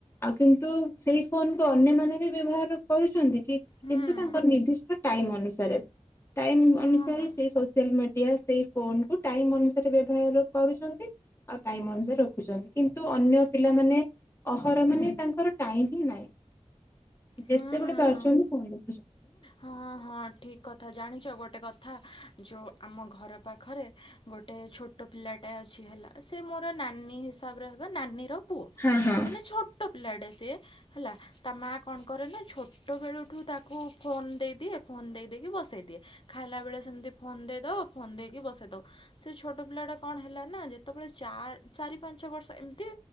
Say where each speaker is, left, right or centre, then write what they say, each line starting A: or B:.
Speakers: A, on the left (about 20°); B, on the left (about 45°).
A: ଆଉ କିନ୍ତୁ ସେଇ ଫୋନ କୁ ଅନ୍ୟମାନେ ବି ବ୍ୟବହାର କରୁଚନ୍ତି କି
B: ହୁଁ
A: କିନ୍ତୁ ତାଙ୍କର ନିର୍ଦ୍ଦିଷ୍ଟ ଟାଇମ ଅନୁସାରେ ଟାଇମ
B: ହଁ
A: ଅନୁସାରେ ସେ ସୋସିଆଲ ମିଡ୍ ମିଡିଆ ସେଇ ଫୋନ କୁ ଟାଇମ୍ ଅନୁସାରେ ବ୍ୟବହାର କରୁଚନ୍ତି। ଆଉ ଟାଇମ୍ ଅନୁସାରେ ରଖୁଚନ୍ତି କିନ୍ତୁ ଅନ୍ୟ ପିଲାମାନେ ଅହର ମାନେ ତାଙ୍କର ଟାଇମ ହିଁ ନାହିଁ।
B: ହୁଁ
A: ଯେତେବେଳେ
B: ହୁଁ।
A: ପାରୁଚନ୍ତି ଫୁଣି ଦେ
B: ହଁ ହଁ ଠିକ୍ କଥା ଜାଣିଚ ଗୋଟେ କଥା। ଯୋଉ ଆମ ଘର ପାଖରେ ଗୋଟେ ଛୋଟ ପିଲାଟା ଅଛି ହେଲା। ସେ ମୋର ନାନୀ ହିସାବରେ ହେବ ନାନୀ ର ପୁଅ
A: ହଁ ହଁ
B: ମାନେ ଛୋଟ ପିଲାଟେ ସିଏ ହେଲା ତା ମା କଣ କରେ ନା ଛୋଟ ବେଳୁ ଠୁ ତାକୁ ଫୋନ୍ ଦେଇଦିଏ ଫୋନ୍ ଦେଇ ଦେଇକି ବସେଇଦିଏ ଖାଇଲା ବେଳେ ସେମିତି ଫୋନ୍ ଦେଇଦବ ଫୋନ ଦେଇକି ବସେଦବ। ସେ ଛୋଟ ପିଲା ଟା କଣ ହେଲା ନା ଯେତେବେଳେ ଚାର୍ ଚାରି ପାଞ୍ଚ ବର୍ଷ ଏମିତି